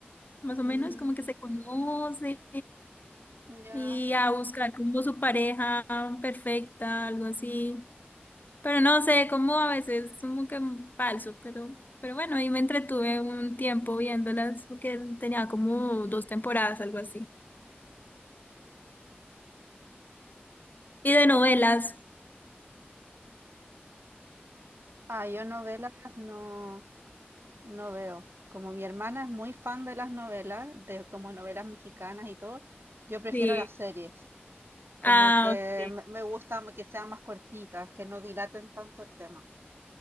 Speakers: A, on the left; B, on the right.
A: más o menos,
B: Mm,
A: como que se conocen
B: ya.
A: y a buscar como su pareja perfecta, algo así. Pero no sé, como a veces como que falso, pero, pero bueno, ahí me entretuve un tiempo viéndolas, porque tenía como dos temporadas, algo así. Y de novelas.
B: Ah, yo novelas no, no veo. Como mi hermana es muy fan de las novelas, de como novelas mexicanas y todo, yo prefiero
A: Sí.
B: las series. Como
A: Ah,
B: que
A: ok.
B: me me gusta que sean más cortitas, que no dilaten tanto el tema.